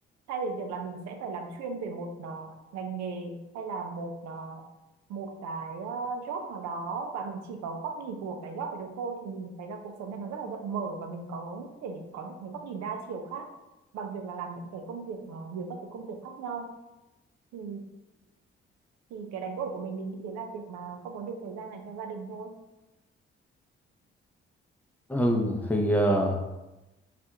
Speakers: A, on the right (about 65°); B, in the centre.
A: thay vì việc là mình sẽ phải làm chuyên về một ờ, ngành nghề hay là một ờ, một cái ờ, job nào đó và mình chỉ có góc nhìn của cái job ấy được thôi thì mình thấy là cuộc sống này nó rất là rộng mở và mình có thể có được mấy góc nhìn đa chiều khác bằng việc là làm những cái công việc ờ, nhiều các cái công việc khác nhau thì thì cái đánh đổi của mình mình nghĩ đấy là việc mà không có nhiều thời gian dành cho gia đình thôi
B: ừ thì ờ,